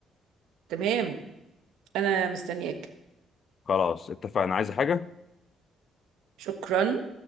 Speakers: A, on the right (about 85°); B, on the left (about 50°).
A: تمام انا مستنياك
B: خلاص اتفقنا عايز حاجه
A: شكرا